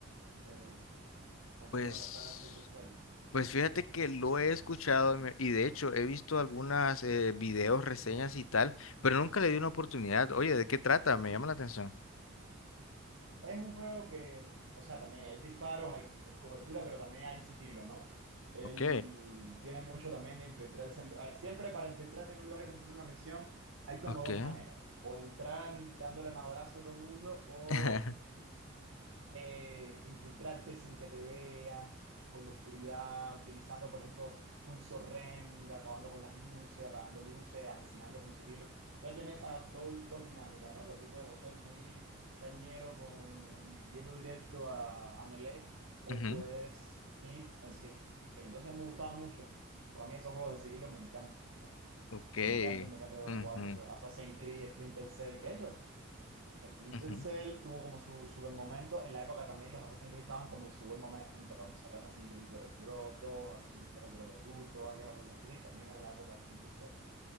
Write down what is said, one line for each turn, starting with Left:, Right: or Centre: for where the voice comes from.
Right: eh, alguno
Left: Pues,
Right: de las sagas Splinter Cell.
Left: pues fíjate que lo he escuchado y me- y de hecho he visto algunas eh, videos, reseñas y tal, pero nunca le di una oportunidad. Oye, ¿de qué trata? Me llama la atención.
Right: Es un juego que, o sea, también hay disparos, hay eh, cobertura, pero también hay sigilo, ¿no? Él
Left: Ok,
Right: tiene mucho también de infiltrarse. en lu- ah, siempre para infiltrarte en un lugar y cumplir una misión, hay como
Left: ok.
Right: dos maneras. O entrar dándole madrazo a todo el mundo, o
Left: <laughs>
Right: eh, infiltrarte sin que te vean por la oscuridad, utilizando, por ejemplo, pulso REM, de acabando con las luces, apagando luces, asesinando con sigilo. Entonces tiene esas doble- dos dinámicas, ¿no? Que tú puedes o ser muy cañero con y yendo directo a, a melee, o
Left: Ujú,
Right: puedes ir al sigilo. Entonces a mí me gustaba mucho, porque a mí esos juegos de sigilo me encantan.
Left: Ok,
Right: Me encantan, me encanta
Left: ujú,
Right: jugar mucho Assassin's Creed, Splinter Cell, que de hecho, Splinter
Left: ujú,
Right: Cell tuvo como su, su buen momento. En la época también los Assassin's Creed estaban como en su buen momento. Cuando salió Assassin's Creed 2, 2 Assassin's Creed 3 Brotherhood, todos aquellos Assassin's Creed, también era la época de Splinter Cell.